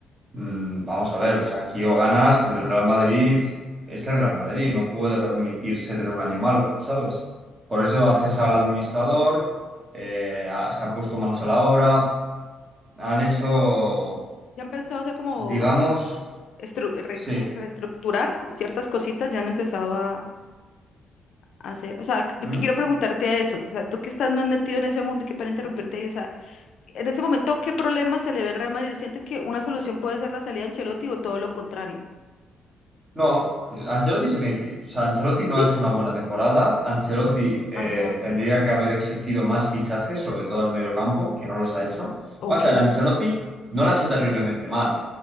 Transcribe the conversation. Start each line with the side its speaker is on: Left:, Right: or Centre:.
Right: mm, vamos a ver, o sea, aquí o ganas, el Real Madrid es el Real Madrid, no puede permitirse tener un año malo, ¿sabes? Por eso han cesado al administrador, eh, ha- se han puesto manos a la obra han hecho
Left: Ya han pensado hacer como,
Right: digamos,
Left: estru- re-
Right: sí.
Left: como reestructurar co- ciertas cositas, ya han empezado a, a hacer. O sea, qu-
Right: ¿Mm?
Left: lo que quiero preguntarte a eso. O sea, tú que estás más metido en ese mundo y que para interrumpirte ahí, o sea, en ese momento, ¿qué problema se le ve al Real Madrid? ¿Sienten que una solución puede ser la salida de Ancelotti o todo lo contrario?
Right: No, Ancelotti se tiene que ir. O sea, Ancelotti no
Left: Sí.
Right: ha hecho una buena temporada. Ancelotti eh,
Left: Ajá.
Right: tendría que haber exigido más fichajes, sobre todo en el mediocampo que no los ha hecho.
Left: Ok.
Right: O sea, el Ancelotti no lo ha hecho terriblemente mal,